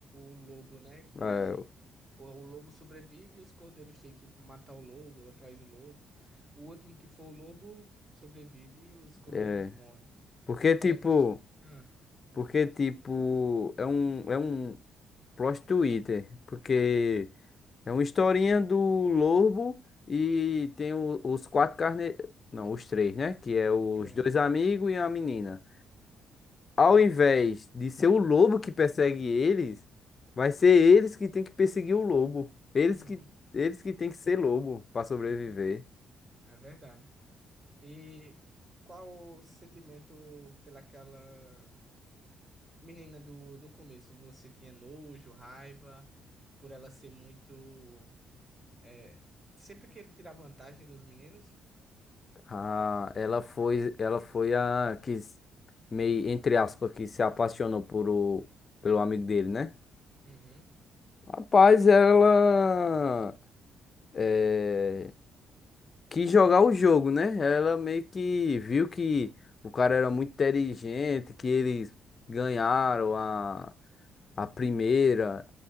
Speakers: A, on the right (about 25°); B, on the left (about 40°).
A: lobo, né? Que
B: É,
A: o o lobo sobrevive e os cordeiros têm que matar o lobo, atrás de lobo. O último que for o lobo sobrevive e os cordeiros
B: é,
A: morrem.
B: porque tipo,
A: É bastante. Ah,
B: porque tipo, é um é um plot twister, porque é uma historinha do lobo e tem o- os quatro carne, não, os três, né? Que é os
A: é.
B: dois amigos e a menina. ao invés de ser o lobo que persegue eles, vai ser eles que tem que perseguir o lobo. Eles
A: Uhum,
B: que, eles que tem que ser lobo para sobreviver.
A: uhum. É verdade. E qual o sentimento pelaquela menina do, do começo? Você tinha nojo, raiva, por ela ser muito. É... Sempre querer tirar vantagem dos meninos?
B: Ah, ela foi, ela foi a que s- meio entre aspas que se apaixonou por o, pelo amigo dele, né?
A: Uhum.
B: Rapaz, ela eh, quis jogar o jogo, né? Ela meio que viu que o cara era muito inteligente, que eles ganharam a a primeira.